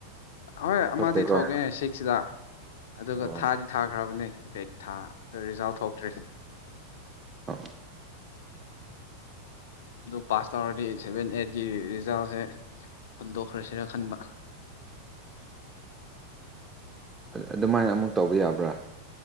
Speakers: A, on the left (about 55°); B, on the right (about 15°).
A: ꯍꯣꯏ ꯑꯃꯗꯤ
B: ꯊꯣꯛꯇꯦꯀꯣ
A: ꯊꯣꯛꯑꯦ ꯁꯤꯛꯁꯗ ꯑꯗꯨꯒ
B: ꯑꯣ
A: ꯊꯥꯗꯤ ꯊꯥꯈ꯭ꯔꯕꯅꯦ ꯕꯦꯛ ꯊꯥ ꯑꯗꯨ ꯔꯤꯖꯜ ꯊꯣꯛꯇ꯭ꯔꯤ
B: ꯑꯥ
A: ꯑꯗꯨ ꯄꯥꯁ ꯇꯧꯔꯗꯤ ꯁꯚꯦꯟ ꯑꯩꯠꯀꯤ ꯔꯤ ꯔꯤꯖꯜꯁꯦ ꯍꯨꯟꯗꯣꯛꯈ꯭ꯔꯁꯤꯔ ꯈꯟꯕ
B: ꯑꯗꯨꯃꯥꯏꯅ ꯑꯃꯨꯛ ꯇꯧꯕ ꯌꯥꯕ꯭ꯔꯥ